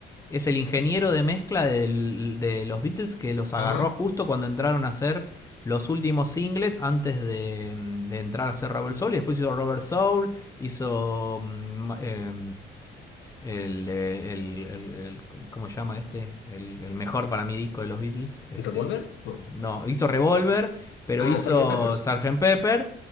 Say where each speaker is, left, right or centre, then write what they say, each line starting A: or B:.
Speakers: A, on the left; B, on the left.
A: Es el ingeniero de mezcla del- de los Beatles que los agarró
B: Ah,
A: justo cuando entraron a hacer los últimos singles antes de, mm, de entrar a hacer Rebel Soul. Y después hizo Robert Soul, hizo mm, eh, el, el, el- el- ¿cómo se llama este? El, el mejor para mí disco de los Beatles. Este,
B: ¿Revolver? No.
A: no, hizo Revolver, pero
B: Ah,
A: hizo
B: Sergeant Peppers.
A: Sgt. Pepper.